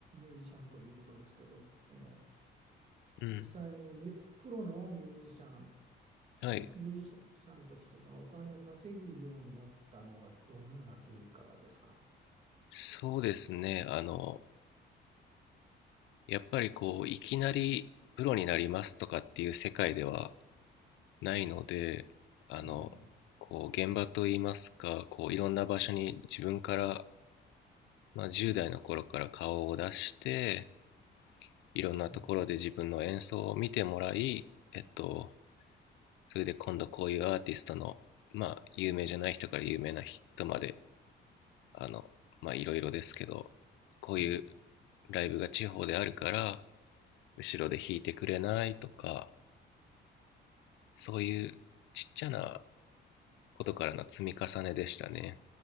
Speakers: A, on the right (about 35°); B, on the left (about 80°).
A: ュージシャンということですけど、その、
B: うん。
A: 実際にミュプロのミュージシャン、そのミュージシャンとしてそのお金を稼ぐようになったのはどのような経緯からですか
B: はい。そうですね。あの、やっぱりこう、いきなりプロになりますとかっていう世界ではないので、あの、
A: うん、
B: こう、現場といいますか、こう、いろんな場所に自分から、まあ、10代の頃から顔を出して、いろんなところで自分の演奏を見てもらい、
A: うん、
B: えっと、それで今度こういうアーティストの、まあ、有名じゃない人から有名な人まであの、まあいろいろですけど、こういう
A: うん。
B: ライブが地方であるから、後ろで弾いてくれないとか、そういうちっちゃなことからの積み重ねでしたね。